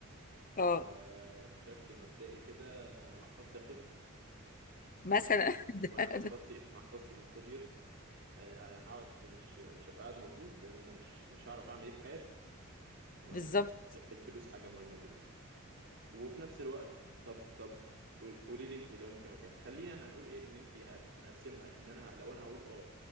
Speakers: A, on the left; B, on the right.
A: اه
B: فبشكل مبدئي كده انا محفظتي هتفضى
A: مثلا
B: تمام وانا محفظتي
A: <laughs>
B: محفظتي ان فضيت آه، آه، هقعد مش مش هبقى قاعد مظبوط لان انا مش مش هعرف اعمل ايه في حياتي تمام
A: بالظبط
B: الفلوس حاجه مهمه جدا وفي نفس الوقت طب طب قولي قولي لي انت لو انت مكاني خلينا هنقول ايه ان انت هت... هنقسمها ان انا ه... لو انا هقول اه